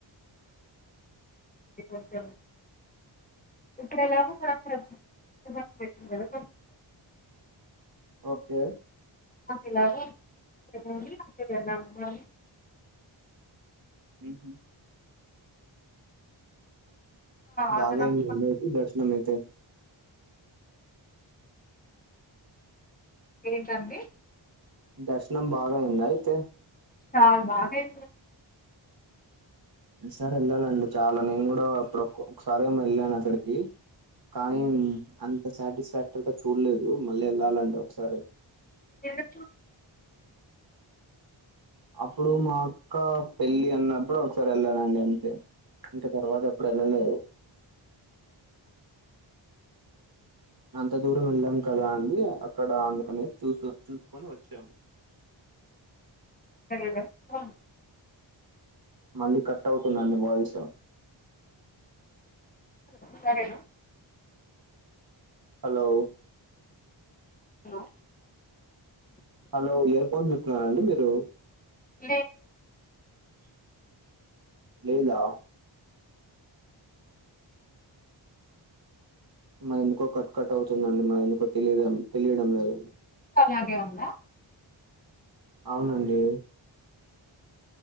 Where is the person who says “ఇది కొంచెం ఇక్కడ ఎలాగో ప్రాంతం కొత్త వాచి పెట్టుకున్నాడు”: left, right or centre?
Left